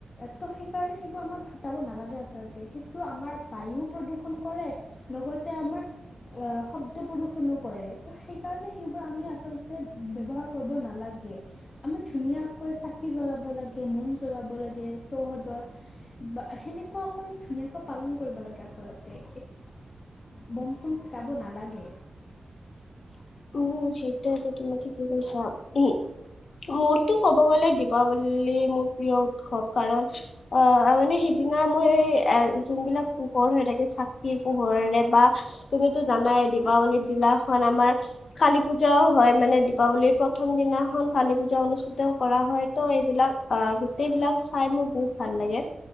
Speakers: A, on the left (about 50°); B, on the left (about 80°).
A: ত' সেইকাৰণে সেইবোৰ আমাৰ ফুটাব নালাগে আচলতে সেইটো আমাৰ বায়ু প্ৰদূষণ কৰে লগতে আমাৰ অ শব্দ প্ৰদূষনো কৰে ত সেইকাৰণে সেইবোৰ আমি আ ব্যৱহাৰ কৰিব নালাগে। আমি ধুনীয়াকৈ চাকি জ্বলাব লাগে মম জ্বলাব চৌহদত সেনেকোৱাকৈ ধুনীয়াকৈ পালন কৰিব লাগে আচলতে
B: <unintelligible>
A: বুমচুম ফুটাবো নালাগে।
B: <unintelligible> উম সেইটোৱেইটো তুমি ঠিকে কৈছা উম। মোৰতো ক'ব গ'লে দীপাৱলী মোৰ প্ৰিয় উৎসৱ কাৰণ আহ মানে সেদি সিদিনা মই এ যোনবিলাক পোহৰ হৈ থাকে চাকিৰ পোহৰেৰে বা তুমিতো জানাই দীপাৱলীত দিলা না আমাৰ কালী পূজাও হয় মানে দীপাৱলীৰ প্ৰথম দিনাখন কালী পূজা অনুষ্ঠিত কৰা হয় হয়তো এইবিলাক অ গোটেই বিলাক চাই মোৰ বহুত ভাল লাগে